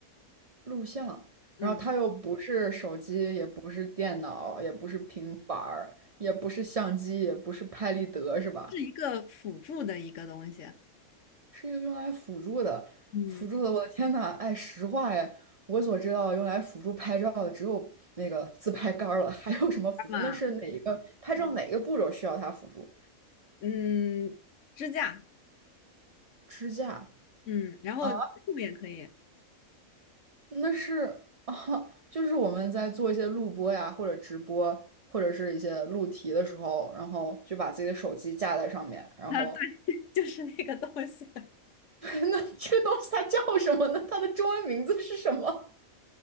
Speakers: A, on the right; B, on the left.
A: 录像，
B: 嗯，
A: 然后它又不是手机，也不是电脑，也不是平板儿，也不是相机，也不是拍立得，是吧？
B: 是一个辅助的一个东西。
A: 是一个用来辅助的，
B: 嗯，
A: 辅助的。我的天呐，哎，实话哎，我所知道用来辅助拍照的只有那个自拍杆儿了，<laughs> 还有什么辅助？
B: 干嘛
A: 那是哪一个拍照哪一个步骤需要它辅助？
B: <laughs>。嗯，支架，
A: 支架。
B: 嗯，然后动物也可以啊，
A: 啊。那是啊，就是我们在做一些录播呀，或者直播，或者是一些录题的时候，然后就把自己的手机架在上面，然后
B: 对，就是那个东西，<laughs>
A: <laughs> 那这个东西它叫什么呢？它的中文名字是什么？